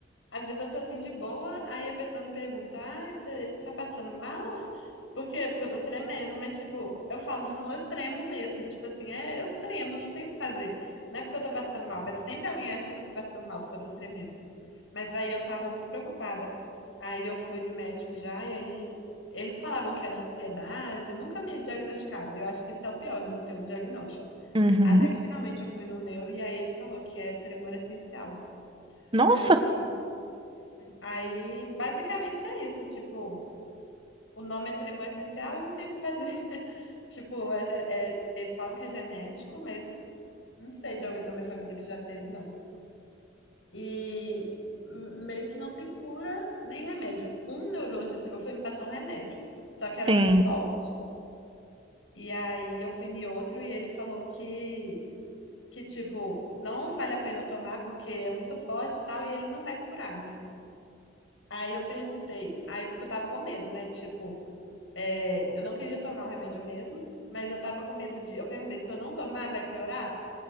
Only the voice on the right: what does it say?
Uhum.
Nossa,
sim.